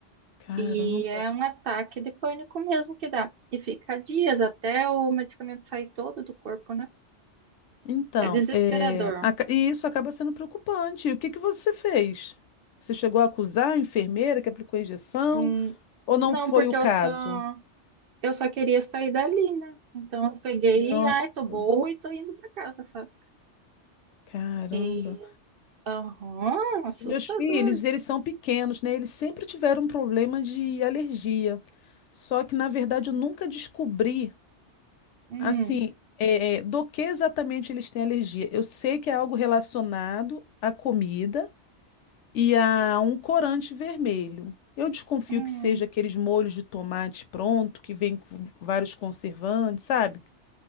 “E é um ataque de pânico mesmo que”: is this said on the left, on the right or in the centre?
Right